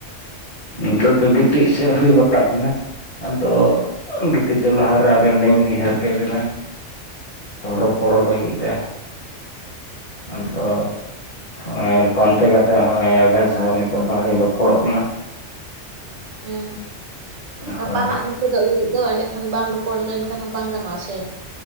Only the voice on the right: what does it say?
ᱦᱮᱸ ᱜᱟᱯᱟ
ᱦᱟᱸᱜ ᱪᱮᱫᱚᱜ ᱞᱟᱹᱜᱤᱫ ᱫᱚ ᱮᱸᱰᱮᱠᱷᱟᱱ ᱵᱟᱢ ᱨᱚᱯᱚᱲ ᱞᱮᱱᱠᱷᱟᱱ ᱦᱚᱸ ᱵᱟᱝ ᱜᱟᱱᱚᱜᱼᱟ ᱥᱮ ᱾